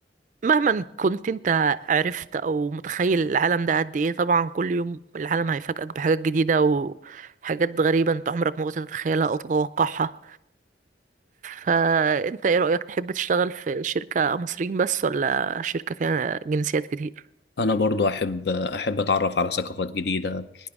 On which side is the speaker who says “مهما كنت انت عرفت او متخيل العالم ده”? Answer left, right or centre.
Right